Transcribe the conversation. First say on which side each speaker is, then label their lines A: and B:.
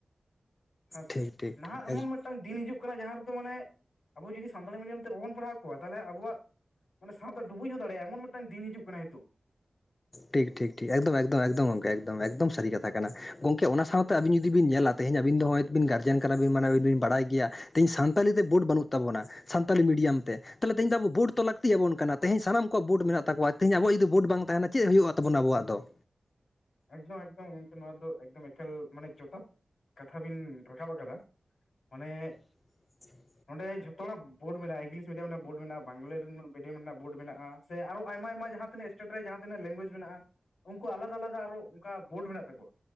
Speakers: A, on the left (about 90°); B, on the left (about 35°).
A: ᱦᱮᱸ
B: ᱴᱷᱤᱠ
A: ᱥᱮ
B: ᱴᱷᱤᱠ
A: ᱱᱟᱦᱟᱜ
B: ᱴᱷᱤᱠ
A: ᱮᱢᱚᱱ ᱴᱟᱝ ᱫᱤᱱ ᱦᱤᱡᱩᱜ ᱠᱟᱱᱟ ᱡᱟᱦᱟᱸ ᱨᱮᱫᱚ ᱢᱟᱱᱮ ᱟᱵᱚ ᱡᱩᱫᱤ ᱥᱟᱱᱛᱟᱲᱤ ᱢᱤᱰᱤᱭᱟᱢ ᱛᱮ ᱵᱟᱵᱚᱱ ᱯᱟᱲᱦᱟᱣ ᱠᱚᱣᱟ ᱛᱟᱦᱚᱞᱮ ᱟᱵᱚᱣᱟᱜ ᱢᱟᱱᱮ ᱥᱟᱶᱛᱟ ᱰᱩᱵᱩᱡ ᱦᱚᱸ ᱫᱟᱲᱮᱭᱟᱜᱼᱟ ᱮᱢᱚᱱ ᱢᱤᱫᱴᱟᱝ ᱫᱤᱱ ᱦᱤᱡᱩᱜ ᱠᱟᱱᱟ ᱱᱤᱛᱚᱜ᱾
B: ᱴᱷᱤᱠ ᱴᱷᱤᱠ ᱴᱷᱤᱠ ᱮᱠᱫᱚᱢ ᱮᱠᱫᱚᱢ ᱮᱠᱫᱚᱢ ᱜᱚᱢᱠᱮ ᱮᱠᱫᱚᱢ ᱮᱠᱫᱚᱢ ᱥᱟᱹᱨᱤ ᱠᱟᱛᱷᱟ ᱠᱟᱱᱟ ᱜᱚᱝᱠᱮ ᱚᱱᱟ ᱥᱟᱶᱛᱮ ᱟᱵᱤᱱ ᱡᱩᱫᱤ ᱵᱤᱱ ᱧᱮᱞᱟ ᱛᱮᱦᱮᱧ ᱟᱵᱤᱱ ᱫᱚ ᱦᱚᱸᱜᱼᱚᱭ ᱵᱤᱱ ᱜᱟᱨᱡᱮᱱ ᱠᱟᱱᱟᱵᱤᱱ ᱢᱟᱱᱮ ᱵᱤᱱ ᱵᱟᱰᱟᱭ ᱜᱮᱭᱟ ᱛᱮᱦᱤᱧ ᱥᱟᱱᱛᱟᱞᱤ ᱛᱮ ᱵᱚᱰ ᱵᱟᱹᱱᱩᱜ ᱛᱟᱵᱚᱱᱟ᱾ ᱥᱟᱱᱛᱟᱞᱤ ᱢᱤᱰᱤᱭᱟᱢ ᱛᱮ᱾ ᱛᱟᱦᱚᱞᱮ ᱛᱮᱦᱮᱧ ᱫᱚ ᱟᱵᱚ ᱵᱚᱰ ᱛᱚ ᱞᱟᱹᱠᱛᱤ ᱟᱵᱚᱱ ᱠᱟᱱᱟ ᱛᱮᱦᱮᱧ ᱥᱟᱱᱟᱢ ᱠᱚ ᱵᱚᱰ ᱢᱮᱱᱟᱜ ᱛᱟᱠᱚᱣᱟ ᱛᱮᱦᱮᱧ ᱟᱵᱚᱣᱟᱜ ᱡᱩᱫᱤ ᱵᱚᱰ ᱵᱟᱝ ᱛᱟᱸᱦᱮᱱᱟ ᱪᱮᱫ ᱦᱩᱭᱩᱜᱼᱟ ᱛᱟᱵᱚᱱᱟ ᱟᱵᱚᱣᱟᱜ ᱫᱚ?
A: ᱮᱠᱫᱚᱢ ᱮᱠᱫᱚᱢ ᱜᱚᱢᱠᱮ ᱱᱚᱣᱟ ᱫᱚ ᱮᱠᱫᱚᱢ ᱮᱠᱟᱞ ᱢᱟᱱᱮ ᱡᱚᱛᱷᱟ ᱠᱟᱛᱷᱟ ᱵᱤᱱ ᱨᱟᱠᱟᱵ ᱠᱟᱫᱟ ᱢᱟᱱᱮ
B: <inaudible>
A: ᱱᱚᱰᱮ ᱡᱷᱚᱛᱚ ᱦᱚᱲᱟᱜ ᱵᱚᱰ ᱢᱮᱱᱟᱜᱼᱟ ᱤᱝᱞᱤᱥ ᱢᱤᱰᱤᱭᱟᱢ ᱨᱮᱱᱟᱜ ᱵᱚᱰ ᱢᱮᱱᱟᱜᱼᱟ ᱵᱟᱝᱞᱟ ᱨᱤᱱ ᱢᱤᱰᱤᱭᱟᱢ ᱨᱮᱱᱟᱜ ᱵᱚᱰ ᱢᱮᱱᱟᱜᱼᱟ᱾ ᱥᱮ ᱟᱨᱦᱚᱸ ᱟᱭᱢᱟ ᱟᱭᱢᱟ ᱡᱟᱦᱟᱸ ᱛᱤᱱᱟᱹᱜ ᱮᱥᱴᱮᱴ ᱨᱮ ᱡᱟᱦᱟᱸ ᱛᱤᱱᱟᱹᱜ ᱞᱮᱝᱜᱩᱭᱮᱡᱽ ᱢᱮᱱᱟᱜᱼᱟ ᱩᱱᱠᱩ ᱟᱞᱟᱫᱟ ᱟᱞᱟᱫᱟ ᱚᱱᱠᱟ ᱵᱚᱰ ᱢᱮᱱᱟᱜ ᱛᱟᱠᱚᱣᱟ